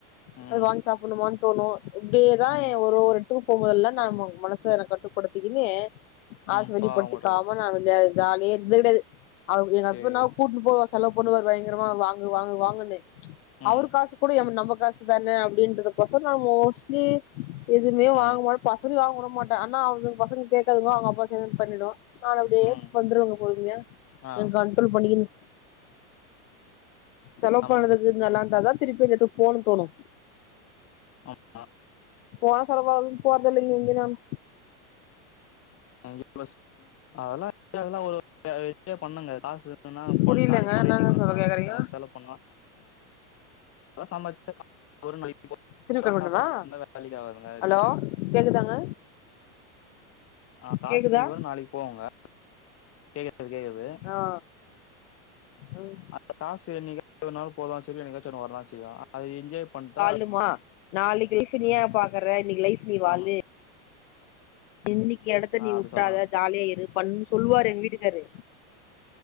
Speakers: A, on the left; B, on the left.
A: ம்
B: அத வாங்கி சாப்டனுமானு தோனு இப்டியேதா
A: ம்
B: என் ஒரு ஒரு எடத்துக்கு போம்போதெல்லா நாம மனச கட்டுப்படுத்திக்கின்னு
A: ம்
B: ஆச வெளிப்படுத்திக்காம
A: பாவம் விட்றது
B: நா வந்து ஜாலியா இருந்தது கெடையாது அவரு என்
A: சேரி
B: ஹஸ்பண்ட்னா கூட்னு போவா செலவு பொண்ணுக வருவாய்ங்க பயங்கரமா வாங்கு வாங்கு வாங்குன்னு
A: ம்
B: அவரு காசு கூட எம் நம்ம காசு தானே அப்டின்றது கொசொற நா மோஸ்ட்லி எதுமே வாங்க
A: ம்
B: மாட் பசங்ளயு வாங் வுட மாட் ட ஆனா அவுங்க பசங்க கேட்டதுக்குள்ள அவுங்க அப்பா சேரின்னு பண்ணிடுவான் நானு அப்டியே
A: ம்
B: வந்துருவங்க பொறுமையா
A: ஆ
B: என் கண் ரோல் பண்ணிக்குனு செலவு
A: ஆமாங்க
B: பனதுக்கு து நல்லா இந்தாதா திருப்பியு அந்த எடத்துக்கு போனுனு தோணு
A: ஆமா
B: போனா செலவாகுனு போறதில்லைங்க எங்கனாலு
A: நாங் இன்வஸ் அதெல்லா அதெல்லா ஒரு அநத வெச்சே பண்ணுங்க காசு
B: புரியலங்க
A: நாளைக்கு போனா
B: என்னங்க
A: இன்னைக்கு வரு
B: சொல்ல
A: போ
B: கேக்குறீங்க
A: செலவு பண்ணுலா நல்லா சம்பாரிச் <unintelligible>
B: திருப்பி கட் பண்ணவா
A: பாத்துட்டு இருந்தா வேலைக்கு ஆவாதுங்க
B: ஹலோ கேக்குதாங்க
A: அ காசு
B: கேக்குதா
A: இன்னைக்கு வரு நாளைக்கு போகுங்க கேக்குது கேக்குது
B: ஆ ம்
A: அந்த காசு நீங்க என்னிகாவது ஒருநாள் போகதா செய்யும என்னிக்காச்சு ஒன்னு வரதா செய்யு அத என்ஜாய் பண்டா
B: லுமா நாளைக்கு லைஃப் நீ ஏன் பாக்குற இன்னிக்கி லைஃப் நீ வாழு
A: ஆமா
B: இன்னிக்கி எடத்த
A: ஆ
B: நீ
A: அப்படி
B: உட்டதா
A: சொல்றாங்க
B: ஜாலியா இரு பண்ணு சொல்லுவாரு எங்க வீட்டுக்காரு